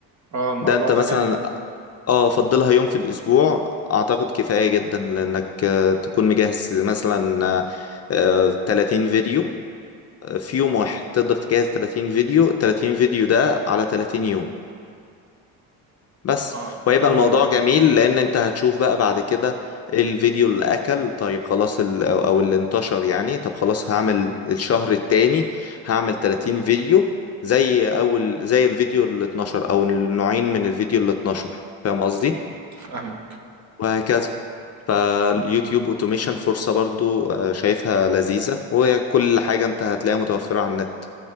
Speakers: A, on the right (about 40°); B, on the left (about 35°).
A: اه الموضوع
B: ده انت
A: ده
B: مثلا
A: جامد
B: اه فضلها يوم في الاسبوع اعتقد كفاية جدا لانك آه، تكون مجهز مثلا آه، آه، 30 فيديو آه، في يوم واحد تقدر تجهز 30 فيديو 30 فيديو ده على 30 يوم بس
A: اه
B: ويبقى
A: حلو
B: الموضوع جميل لان انت هتشوف بقى بعد كده الفيديو اللي اكل طيب خلاص ال- او أو اللي انتشر يعني طب خلاص هعمل الشهر التاني هعمل 30 فيديو زي اول زي الفيديو اللي 12 او النوعين من الفيديو اللي 12 فاهم قصدي
A: فاهمك
B: وهكذا فاليوتيوب اوتوميشن فرصة برضو آه، شايفها لذيذة وهي كل حاجة انت هتلاقيها متوفرة على النت